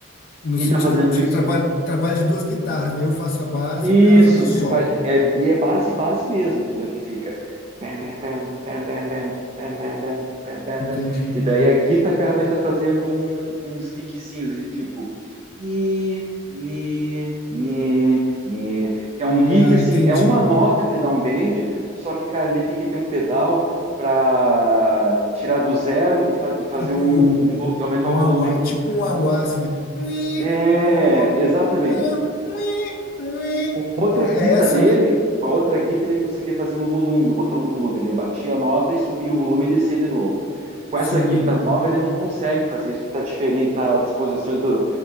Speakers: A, on the left (about 50°); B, on the right (about 35°).
A: No
B: quem
A: sentido
B: tá fazendo
A: de
B: isso
A: traba trabalho de duas guitarras, né? Eu faço a base
B: Isso,
A: e o cara faz o
B: você
A: solo.
B: faz. É, e é base, base mesmo, entendeu? Que fica. Bam, bam, bam, bam, bam, bam, bam, bam, bam, bam, bam,
A: Entendi.
B: bam. E daí a guita, cara, vai estar fazendo um- uns lickzinhos, e tipo. Nhe, nhe, nhe, nhe. Que é
A: Ah,
B: um lick, assim,
A: entendi.
B: é uma nota que ele dá um bend, só que, cara, ele tem que ter um pedal para tirar do zero e, fa- e fazer
A: Tipo
B: um,
A: um,
B: um vo- e aumentar
A: um
B: o volume.
A: auá, tipo um auá, assim, né? Ui,
B: É,
A: uó,
B: exatamente.
A: uó, ui, ui,
B: Outra
A: uó.
B: guita
A: É essa,
B: dele,
A: né?
B: com a outra guita ele conseguia fazer no volume, no botão do volume. Ele batia a nota e subia o volume e descia de novo. Com
A: Sim,
B: essa guita nova ele não consegue fazer isso, que tá diferente, tá, as disposições do,